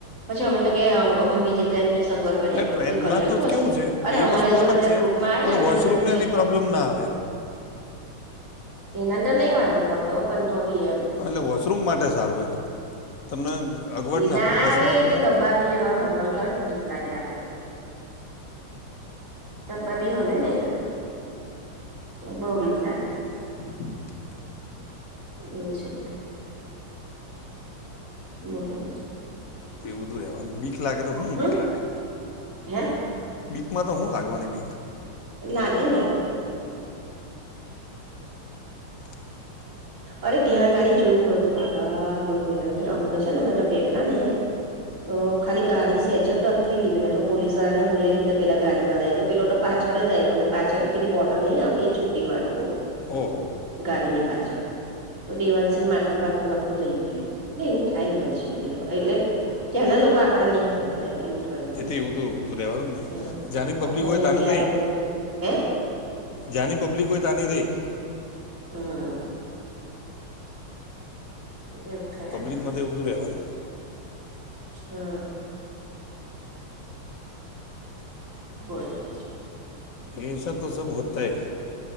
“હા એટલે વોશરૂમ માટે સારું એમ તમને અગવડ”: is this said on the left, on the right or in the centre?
Left